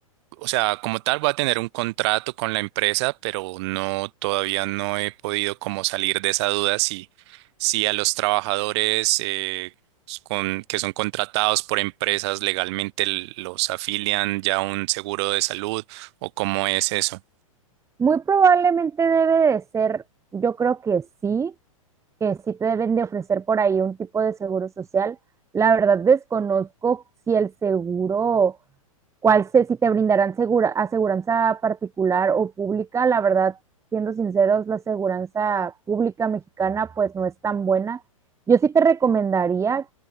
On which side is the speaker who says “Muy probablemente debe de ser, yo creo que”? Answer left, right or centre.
Right